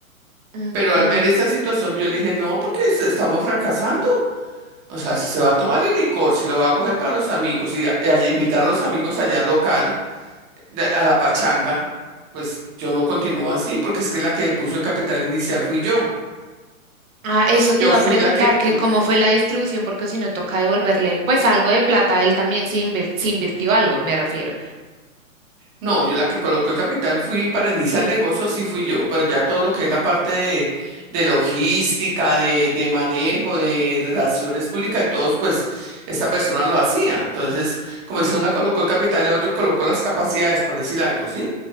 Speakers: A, on the right (about 65°); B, on the right (about 20°).
A: mm,
B: Pero al
A: mm.
B: ver esta situación, yo le dije, no, porque es- estamos fracasando. O sea, si se va a tomar el licor, si lo va a coger para los amigos y a- a- invitar a los amigos allá al local, de- a la pachanga, pues yo no continúo así, porque es que la que puso el capital inicial fui yo.
A: Ah, eso te
B: Yo
A: iba
B: fui
A: a preguntar,
B: la que,
A: que
B: pu-
A: cómo fue la distribución, porque si no toca devolverle pues algo de plata, él también se invir- se invirtió algo, me refiero.
B: no, yo la que colocó el capital fui para iniciar el negocio, sí fui yo, pero ya todo lo que es la parte de, de logística, de, de manejo, de relaciones públicas y todos, pues esta persona lo hacía. Entonces, como
A: Mm.
B: dice, una colocó el capital y otro colocó las capacidades, por decir algo, ¿sí?